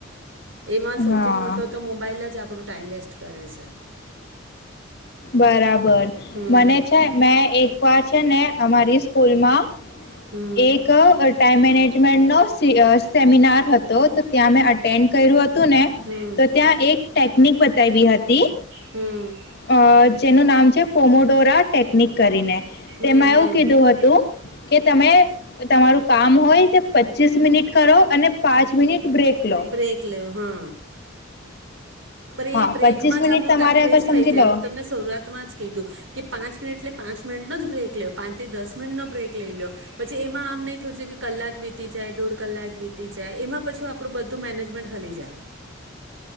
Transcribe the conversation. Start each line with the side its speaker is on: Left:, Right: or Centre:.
Right: એમાં સૌથી
Left: હા
Right: મોટો તો મોબાઈલ જ આપડો ટાઈમ વેસ્ટ કરે છે.
Left: બરાબર
Right: હમ
Left: મને છે મે એક વાર ને અમારી સ્કૂલ માં
Right: હમ
Left: એક ટાઈમ મેનેજમેન્ટ નો સે સેમિનાર હતો તો ત્યાં મેં અટેન્ડ કર્યું હતું ને
Right: હમ
Left: તો ત્યાં એક ટેકનિક બતાવી હતી
Right: હમ.
Left: અ જેનું નામ છે પોમોડોરા ટેકનિક કરીને.
Right: હમ
Left: તેમાં
Right: હમ
Left: એવું કીધું હતું કે તમે તમારું કામ હોય તે પચીસ મિનિટ કરો અને પાંચ મિનિટ બ્રેક લો
Right: બ્રેક લેવો હા. પણ
Left: હા
Right: એ બ્રેકમાં
Left: પચીસ મિનિટ
Right: જ આપણું
Left: તમારે
Right: ટાઈમ
Left: અગર
Right: વેસ્ટ
Left: સમજી
Right: થઈ જાય
Left: લો
Right: હું તમને શરૂઆતમાં જ કીધું કે પાંચ મિનિટ એટલે પાંચ મિનિટ ન જ બ્રેક લ્યો પાંચથી દસ મિનટ નો બ્રેક લઈ લઇ લ્યો. પછી એમાં આમ નહી થયું કે કલાક વીતી જાય દોઢ કલાક વીતી જાય એમાં પછું આપણું બધું મેનેજમેન્ટ હલી જાય.